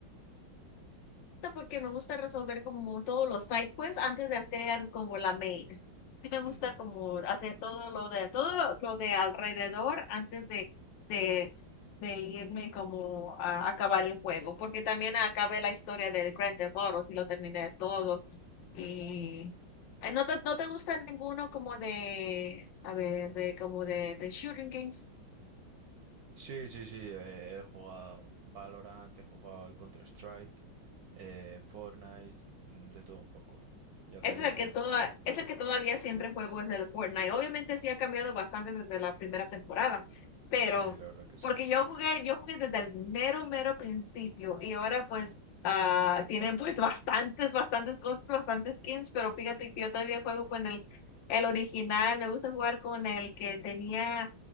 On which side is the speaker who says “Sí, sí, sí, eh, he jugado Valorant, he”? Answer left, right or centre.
Right